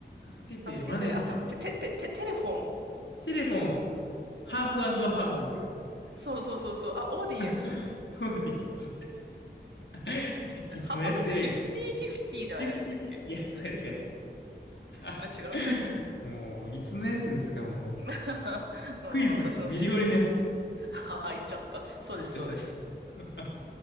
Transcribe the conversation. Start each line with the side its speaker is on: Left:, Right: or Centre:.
Left: 助けて、
Right: 助けて、
Left: マジっすか。
Right: あ、て、て、て、て、テレフォン。
Left: テレフォン、ハーフハーフ。
Right: そうそうそうそう、あ、オーディエンス。
Left: <laughs> オーディエンス。<laughs>
Right: えハーファンダムって50-50じゃないでしたっけ
Left: いつのやつや言うん。フィフティフィフティ。いや、そうやつや。<laughs>
Right: あれ違う
Left: もう、いつのやつですか、もう。
Right: <laughs> うん私のす、
Left: クイズ、ミリオネア。
Right: <laughs> あは、言っちゃった。そうです、
Left: 言っちゃった。
Right: そうです。
Left: <laughs>